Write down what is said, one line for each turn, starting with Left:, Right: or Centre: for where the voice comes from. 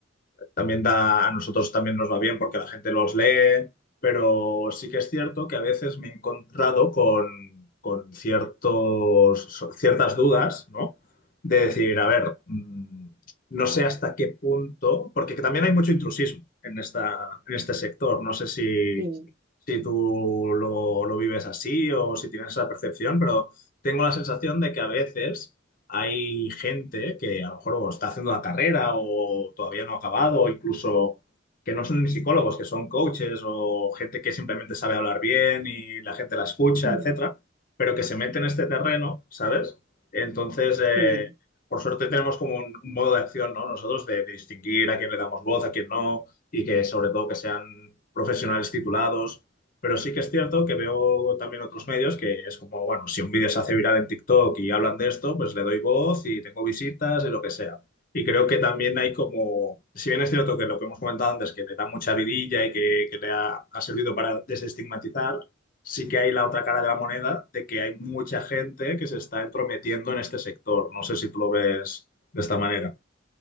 Left: también da, a nosotros también nos va bien porque la gente los lee, pero sí que es cierto que a veces me he encontrado con, con ciertos, ciertas dudas, ¿no? De decir, a ver, mm, no sé hasta qué punto, porque que también hay mucho intrusismo en esta, en este sector, no sé si,
Right: Sí,
Left: si tú lo, lo vives así o si tienes esa percepción, pero tengo la sensación de que a veces hay gente que a lo mejor o está haciendo la carrera o todavía no ha acabado, o incluso que no son ni psicólogos, que son coaches o gente que simplemente sabe hablar bien y la gente la escucha,
Right: Mm.
Left: etcétera, pero que se mete en este terreno, ¿sabes? Entonces, eh,
Right: sí.
Left: por suerte tenemos como un, un modo de acción, ¿no? Nosotros de, de distinguir a quién le damos voz, a quién no, y que sobre todo que sean profesionales titulados pero sí que es cierto que veo también otros medios que es como, bueno, si un vídeo se hace viral en TikTok y hablan de esto, pues le doy voz y tengo visitas y lo que sea. Y creo que también hay como, si bien es cierto que lo que hemos comentado antes, que le da mucha vidilla y que, que le ha, ha servido para desestigmatizar, sí que hay la otra cara de la moneda de que hay mucha gente que se está entrometiendo en este sector. No sé si tú lo ves de esta manera.